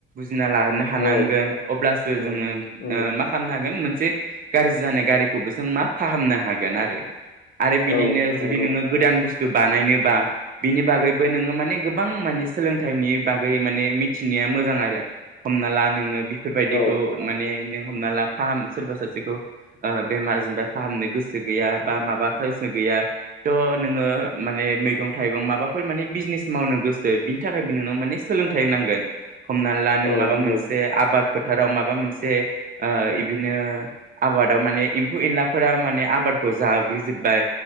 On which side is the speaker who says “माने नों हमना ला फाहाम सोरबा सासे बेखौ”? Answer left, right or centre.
Right